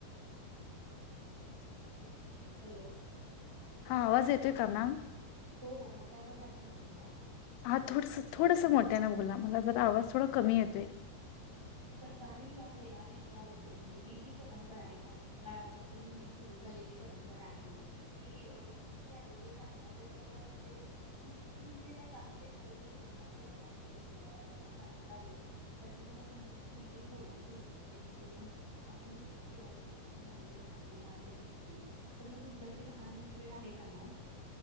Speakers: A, on the left; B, on the right.
A: <unintelligible>
B: हॅलो.
A: आवाज येतोय का मॅम?
B: हो हो. माझा आवाज आला ना तुम्हाला?
A: हा थोडसंच थोडसं मोठ्यानं बोला मला जरा आवाज थोडा कमी येतोय. ‌‌
B: तर बालविवाह या विषयाबद्दल म्हणजे ही जी परंपरा आहे प्राचीन काळापासून जी सुरु झाली. लेली परंपरा आहे, ती अ चुकीची आहे हे सांगण्यासाठी मला म्हणजे चुकीची म्हणजे हे त्यामुळे काही दुष्पिणाम होतात आपल्या कुटुंबावर आपल्या समाजावर त्याचं मला तुमच्याशी काहीतरी बोलायचं होतं जेणे करून, आपण डिस्कस केल्यावर त्याच्यातून काहीतरी चांगले मार्ग निघती तर मग तुमच्याकडे दहा मिनिट वेळ आहे का मॅम?